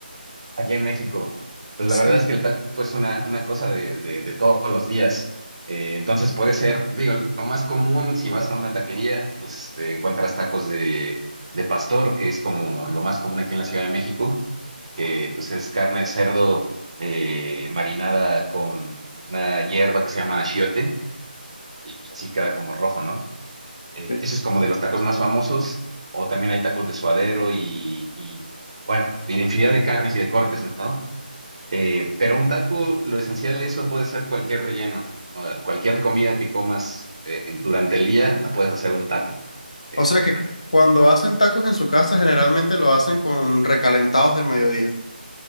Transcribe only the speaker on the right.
Aquí en México. Pues
la verdad es que el taco es una, una cosa de, de- de todos los días. Eh, entonces puede ser, digo, lo más común si vas a una taquería, pues te encuentras tacos de, de pastor, que es como lo más común aquí en la Ciudad de México, que pues es carne de cerdo eh, marinada con una hierba que se llama achiote y pues así queda como rojo, ¿no? Eh,
ese es como de los tacos más famosos. O también hay tacos de suadero y, y, bueno, y de infinidad de carnes y de cortes, ¿no? Eh, pero un taco, lo esencial de eso puede ser cualquier relleno. o Cualquier comida que comas eh, en- durante el día, la puedes hacer un taco. Es,
eh,